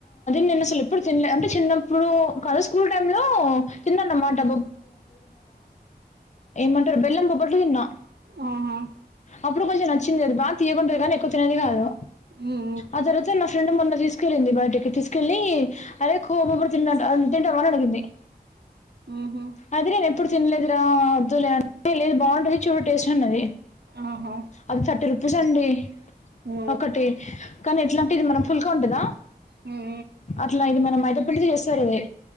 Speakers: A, on the left; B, on the right.
A: నేను అసలు ఎప్పుడు తినలే అంటే చిన్నప్పుడు కాదు స్కూల్ టైమ్ లో తిన్నానన్నమాట ఏమంటరు బెల్లం బొబ్బట్లు తిన్న.
B: ఆహా
A: అప్పుడు కొంచెం నచ్చింది, అది బాగా తియ్యగుంటది కానీ ఎక్కువ తినేది కాదు.
B: హ్మ్
A: ఆ తర్వాత నా ఫ్రెండ్ మొన్న తీసుకెళ్ళింది బయటికి తీసుకెళ్ళి అరే కొబుపొటాటా తింటా తింటవా అని అడిగింది.
B: ఉహ్
A: అది నేను ఎప్పుడు తినలేదురా వద్దులే అం లేదు బావుంటది చూడు టేస్ట్ అన్నది.
B: ఆహా
A: అది థర్టీ రుపీస్ అండి
B: ఓ
A: ఒకటి. కనీ ఎట్లాంటె ఇది మనం ఫుల్క ఉంటదా
B: హ్మ్ హ్మ్
A: అట్లా ఇది మనం మైద పిండితో చేస్తారిది,